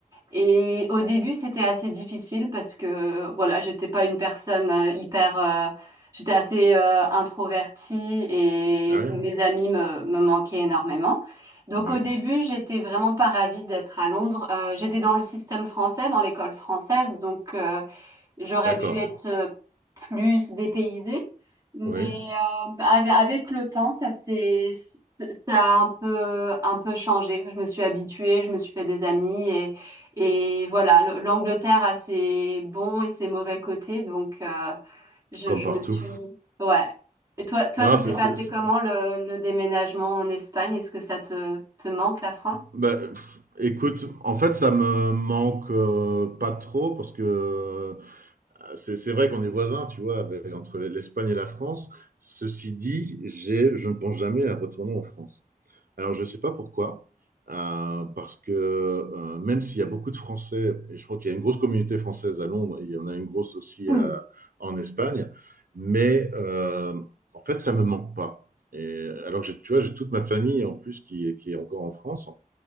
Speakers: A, on the right; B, on the right.
A: Et au début, c'était assez difficile parce que voilà, j'étais pas une personne euh, hyper, euh, j'étais assez euh, introvertie et
B: Ah oui.
A: mes amis me, me manquaient énormément. Donc
B: Ouais.
A: au début, j'étais vraiment pas ravie d'être à Londres. Euh, j'étais dans le système français, dans l'école française, donc euh, J'aurais
B: D'accord.
A: pu être euh, plus dépaysée, mais
B: Oui.
A: euh, ave- avec le temps, ça s'est, ça a un peu, un peu changé. Je me suis habituée, je me suis fait des amis et, et voilà, le- l'Angleterre a ses bons et ses mauvais côtés, donc euh, je,
B: Comme
A: je
B: partout.
A: me suis, ouais. Et toi, toi,
B: Non,
A: ça
B: c'est,
A: s'est passé
B: c'est- c'est-
A: comment le, le déménagement en Espagne? Est-ce que ça te, te manque la France?
B: bah, pff, écoute, en fait, ça me manque euh, pas trop parce que C'est c'est vrai qu'on est voisins, tu vois, avec- entre l'Espagne et la France. Ceci dit, j'ai, je ne pense jamais à retourner en France. Alors, je ne sais pas pourquoi, euh, parce que euh, même s'il y a beaucoup de Français, et je crois qu'il y a une grosse communauté française à Londres, et il y en a une grosse aussi
A: Hmm.
B: à- en Espagne, mais euh, en fait, ça ne me manque pas. Et, alors que j'ai- tu vois, j'ai toute ma famille en plus qui, est- qui est encore en France.